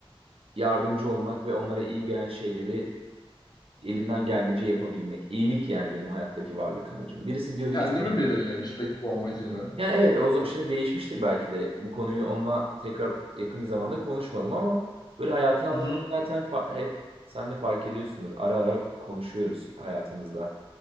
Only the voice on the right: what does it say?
yardımcı olmak ve onlara iyi gelen şeyleri elimden geldiğince yapabilmek. İyilik yani benim hayattaki varlık amacım. Birisi diyordu
ki sevmek.
Yani evet o zaman şimdi değişmiştir belki de. Bu konuyu onunla tekrar yakın bir zamanda konuşmadım ama böyle hayatın anlamını
zaten fa- hep sen de fark ediyorsundur. Ara ara konuşuyoruz hayatımızda.